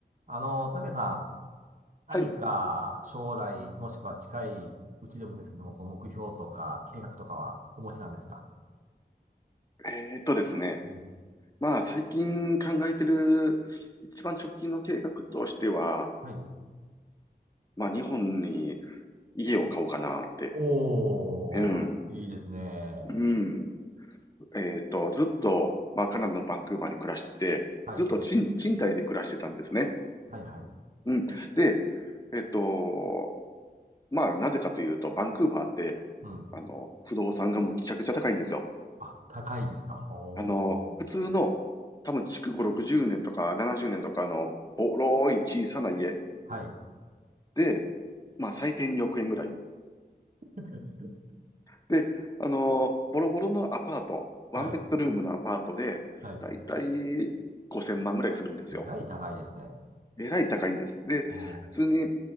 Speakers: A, on the right (about 50°); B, on the left (about 20°).
A: あの、たけさん、何か将来、
B: はい。
A: もしくは近いうちでもいいんですけども、こう目標とか計画とかはお持ちなんですか
B: えーっとですね。
A: うん。
B: まあ、最近考えてる一番直近の計画としては、
A: はい。
B: まあ、日本に家を買おうかなって。
A: おー、
B: うん。
A: いいですね。
B: うん。えーっと、ずっと、まあ、カナダのバンクーバーに暮らしてて、
A: はい。
B: ずっと賃、賃貸で暮らしてたんですね。
A: はい、はい。
B: うん。で、えーっと、まあ、なぜかというと、バンクーバーって、
A: うん。
B: あの、不動産がむちゃくちゃ高いんですよ。
A: あ、高いですか。ほー。
B: あの、普通の、多分、築5、60年とか70年とかの、ボロい小さな家。
A: はい。
B: で、まあ最低2億円ぐらい。
A: <laughs>
B: で、あのーボロボロのアパート、ワンベッドルームのアパートで、
A: はい。はい。
B: だいたい5000万ぐらいするんですよ。
A: えらい高いですね。
B: えらい高いんです。で、
A: おー。
B: 普通に